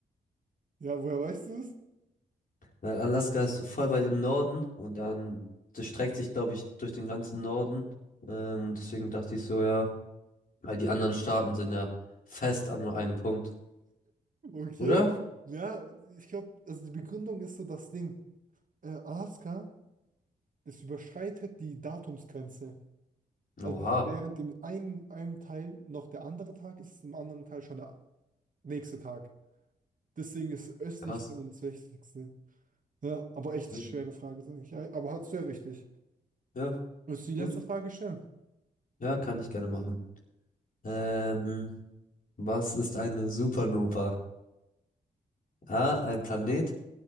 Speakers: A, on the right; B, on the left.
A: Ja, woher weißt du es?
B: Weil Alaska ist so voll weit im Norden und dann, das streckt sich, glaube ich, durch den ganzen Norden. Ähm, deswegen dachte ich so, ja, weil die anderen Staaten sind ja fest an nur einem Punkt.
A: Okay,
B: Oder?
A: ja, ich glaube, also die Begründung ist so das Ding. Äh, Alaska, das überschreitet die Datumsgrenze. Also
B: Oha,
A: während im einen, einem Teil noch der andere Tag ist, ist im anderen Teil schon der nächste Tag. Deswegen ist östlichste
B: krass.
A: und das westlichste. Ja, aber echt
B: Will-
A: schwere Frage, sage ich. Ja, aber hast du ja richtig.
B: Ja,
A: Willst du die
B: gut.
A: letzte Frage stellen?
B: Ja, kann ich gerne machen. Ähm, was ist eine Supernova? A,
A: Hm.
B: ein Planet.